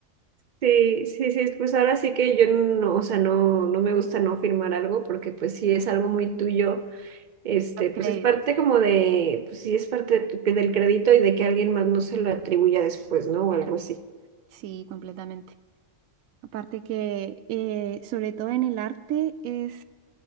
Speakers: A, on the right; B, on the right.
A: Sí, sí, sí, pues ahora sí que yo no, o sea, no, no me gusta no firmar algo porque pues si es algo muy tuyo, este,
B: Los
A: pues
B: créditos.
A: es parte como de, pues sí es parte de tu- del crédito y de que alguien más no se lo atribuya después, ¿no? O algo así.
B: Sí, completamente. Aparte que, eh, sobre todo en el arte, es